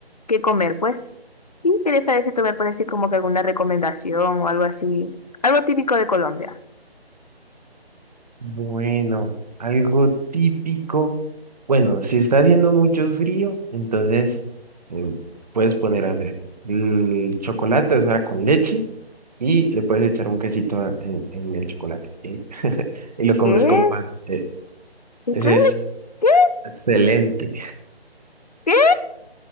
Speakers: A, on the left; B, on the right.
A: qué comer, pues. Y quería saber si tú me pones así como que alguna recomendación o algo así, algo típico de Colombia.
B: Bueno, algo típico. Bueno, si está haciendo mucho frío, entonces eh, puedes poner a hacer el chocolate, o sea, con leche, y le puedes echar un quesito a- en, en el chocolate, ¿sí? <laughs> Y lo comes
A: ¿Qué?
B: con pan. eh,
A: ¿Ustedes
B: Ese
A: le-
B: es
A: qué?
B: excelente.
A: ¿Qué?